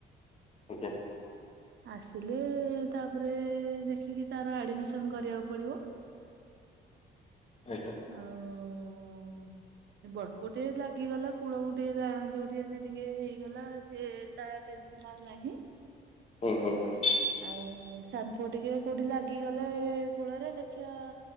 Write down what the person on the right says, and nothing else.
ଆସିଲେ ତାପରେ ଦେଖିକି ତାର ଆଡମିସନ କରିବାକୁ ପଡିବ।
ଆଉ ବଡପୁଅ ଟେ ଲାଗିଗଲା କୂଳକୁ ଟିକେ ଯୋଉଠି ଏନ୍ତି ଟିକେ ହେଇଗଲା ସେ ତା ଟେନ୍ସନ୍ ଆଉ ନାହିଁ।
ଆଉ ସାନ ପୁଅ ଟିକେ କୋଉଠି ଲାଗିଗଲେ କୂଳରେ ଦେଖିବା